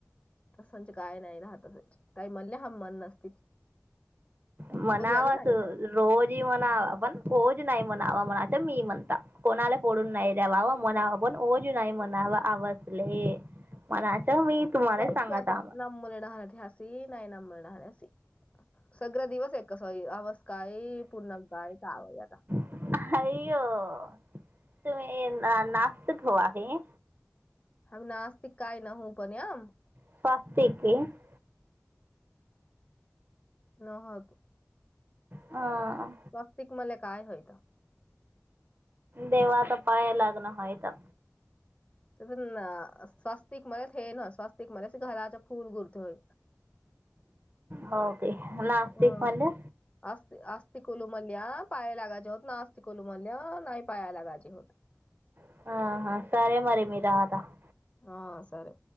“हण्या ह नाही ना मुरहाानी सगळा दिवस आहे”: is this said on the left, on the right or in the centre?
Left